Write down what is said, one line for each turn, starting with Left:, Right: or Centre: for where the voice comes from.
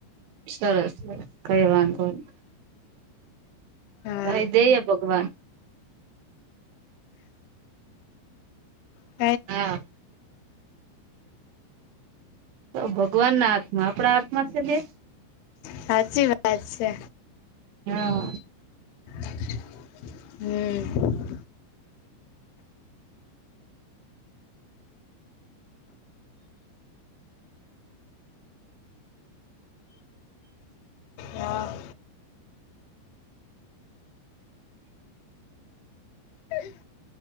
Right: સરસ સરસ, કહી વાંધોની.
Left: હા
Right: ભાઈ દે હ ભગવાન.
Left: હ.
Right: હા. તો ભગવાનના હાથમાં, આપણા હાથમાં છે કે.
Left: સાચી વાત છે.
Right: હા.
Left: હમ. હા. હ.